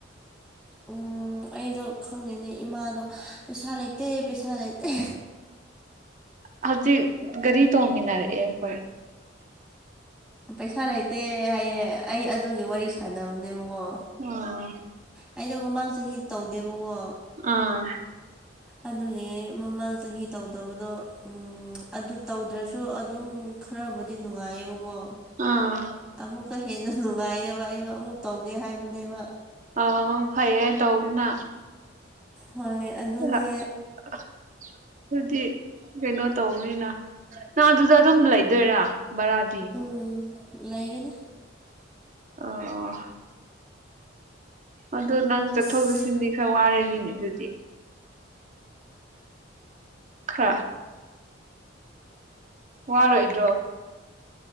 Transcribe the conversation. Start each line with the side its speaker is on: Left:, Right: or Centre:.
Centre: ꯑꯣ ꯑꯩꯗꯣ ꯈꯪꯗꯦꯅꯦ ꯏꯃꯥꯗꯣ ꯄꯩꯁꯥ ꯂꯩꯇꯦ ꯄꯩꯁꯥ ꯂꯩꯇꯦ
Right: ꯍꯧꯖꯤꯛ ꯒꯥꯔꯤ ꯇꯣꯡꯃꯤꯟꯅꯔꯛꯑꯦ ꯑꯩꯈꯣꯏ
Centre: ꯄꯩꯁꯥ ꯂꯩꯇꯦ ꯍꯥꯏꯌꯦ ꯑꯩ ꯑꯗꯨꯒꯤ ꯋꯥꯔꯤ ꯁꯥꯟꯅꯕꯅꯦꯕꯀꯣ
Right: ꯑꯥ
Centre: ꯑꯩꯗꯣ ꯃꯃꯥꯡ ꯆꯍꯤ ꯇꯧꯗꯦꯕꯀꯣ
Right: ꯑꯥ
Centre: ꯑꯗꯨꯒꯤ ꯃꯃꯥꯡ ꯆꯍꯤ ꯇꯧꯗꯕꯗꯣ ꯑꯗꯨ ꯎꯝ ꯇꯧꯗ꯭ꯔꯁꯨ ꯑꯗꯨꯝ ꯈꯔꯕꯨꯗꯤ ꯅꯨꯡꯉꯥꯏꯌꯦꯕꯀꯣ
Right: ꯑꯥ
Centre: ꯑꯃꯨꯛꯀ ꯍꯦꯟꯅ ꯅꯨꯡꯉꯥꯏꯅꯕ ꯑꯩꯗꯣ ꯑꯃꯨꯛ ꯇꯧꯒꯦ ꯍꯥꯏꯕꯅꯦꯕ
Right: ꯑꯥꯎ ꯐꯩꯌꯦ ꯇꯧꯕꯅ
Centre: ꯍꯣꯏ ꯑꯗꯨꯅꯦ
Right: <unintelligible> ꯑꯗꯨꯗꯤ ꯀꯩꯅꯣ ꯇꯧꯕꯅꯤꯅ ꯅꯪ ꯑꯗꯨꯗ ꯑꯗꯨꯝ ꯂꯩꯗꯣꯏꯔꯥ ꯕꯔꯥꯗꯤ
Centre: ꯎꯝ ꯂꯩꯒꯅꯤ
Right: ꯑꯣ ꯑꯗꯨ ꯅꯪ ꯆꯠꯊꯣꯛ
Centre: ꯑꯁ
Right: ꯆꯠꯁꯤꯟꯗꯤ ꯈꯔ ꯋꯥꯔꯦꯅꯤꯅꯦ ꯑꯗꯨꯗꯤ ꯈꯥ ꯋꯥꯔꯣꯏꯗ꯭ꯔꯣ